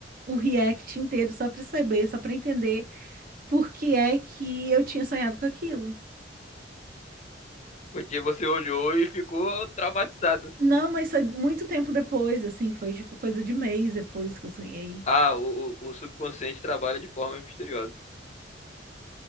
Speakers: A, on the right (about 50°); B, on the left (about 40°).
A: o react inteiro só pra saber, só pra entender por que é que eu tinha sonhado com aquilo.
B: Porque você olhou e ficou traumatizado.
A: Não, mas foi muito tempo depois, assim, foi tipo coisa de mês depois que eu sonhei.
B: Ah, o, o, o subconsciente trabalha de forma misteriosa.